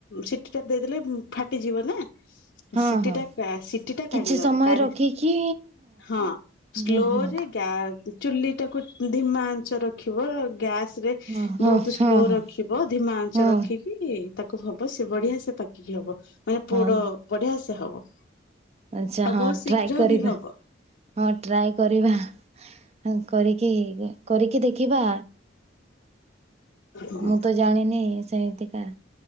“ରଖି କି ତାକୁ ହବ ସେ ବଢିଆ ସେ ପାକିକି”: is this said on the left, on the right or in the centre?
Left